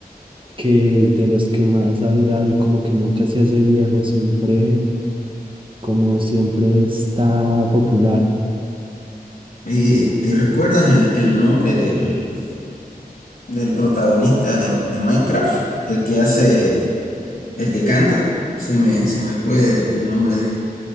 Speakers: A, on the right; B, on the left.
A: que de los que más ha durado y como que nunca se hace viejo, siempre, como siempre está popular.
B: Eh, ¿te recuerdas el, el nombre del, del protagonista de, de Minecraft? El que hace, el que canta. Se me, se me fue el nombre. de-